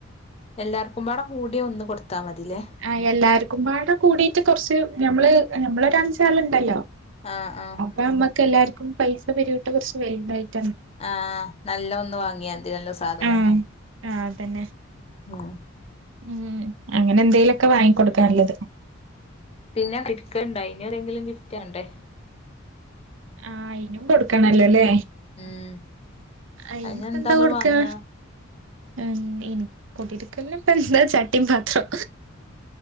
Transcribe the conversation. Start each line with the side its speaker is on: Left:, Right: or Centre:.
Left: എല്ലാർക്കുമ്പാടെ കൂടി ഒന്ന് കൊടുത്താ മതീലേ
Right: ആ എല്ലാര്ക്കുമ്പാടെ കൂടീട്ട് കൊറച്ച് ഞമ്മള് ഞമ്മളൊരഞ്ചാള്ണ്ടല്ലോ
Left: ആഹ് ആഹ്
Right: ഞമ്മക്കെല്ലാര്ക്കും പൈസ പിരിവ്ട്ട് കൊറച്ച് വല്തായിട്ട്
Left: ആ നല്ല ഒന്ന് വാങ്ങിയാതി നല്ല സാധനം
Right: ആഹ് ആഹ് അതന്നെ
Left: ഉം
Right: ഉം അങ്ങനെന്തേലൊക്കെ വാങ്ങിക്കൊട്ക്കാ നല്ലത്
Left: പിന്നേ <unintelligible> അയിന് ആരേങ്കിലും ഗിഫ്റ്റ് വാണ്ടേ
Right: ആഹ അയിനും കൊടുക്കണല്ലൊലേ
Left: ഉം
Right: അയ്ന്പ്പെന്താ
Left: അയിന് എന്താ നമ്മള്
Right: കൊട്ക്കാ
Left: വാങ്ങാ
Right: ഏ ഇനി കുടിരിക്കലിന്പ്പെന്താ ചട്ടിം പാത്രോ